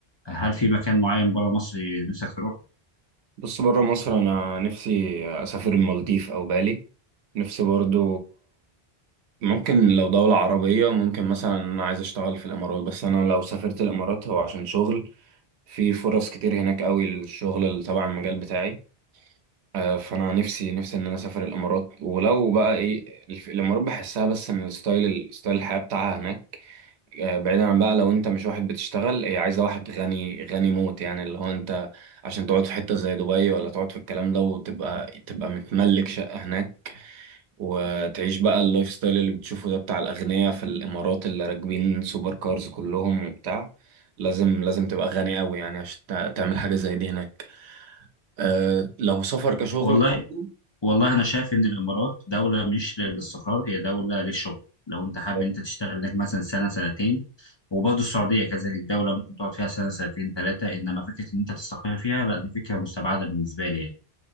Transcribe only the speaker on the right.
بص بره مصر انا نفسي اسافر المالديف او بالي نفسي برضو ممكن لو دولة عربية ممكن مثلا أنا عايز أشتغل في الإمارات بس أنا لو سافرت الإمارات هو عشان شغل في فرص كتير هناك قوي للشغل اللي تبع المجال بتاعي آه، فأنا نفسي نفسي إن أنا أسافر الإمارات ولو بقى إيه الف- الإمارات بحسها بس إن الستايل ستايل الحياة بتاعها هناك آه، بعيدا عن بقى لو أنت مش واحد بتشتغل هي عايزة واحد غني غني موت يعني اللي هو أنت عشان تقعد في حتة زي دبي ولا تقعد في الكلام ده وتبقى تبقى متملك شقة هناك وتعيش بقى اللايف ستايل اللي بتشوفه ده بتاع الأغنياء في الإمارات اللي راكبين سوبر كارز كلهم وبتاع لازم لازم تبقى غني قوي يعني عشان تع- تعمل حاجة زي دي هناك أه لو سفر كشغل
برضه
بالظبط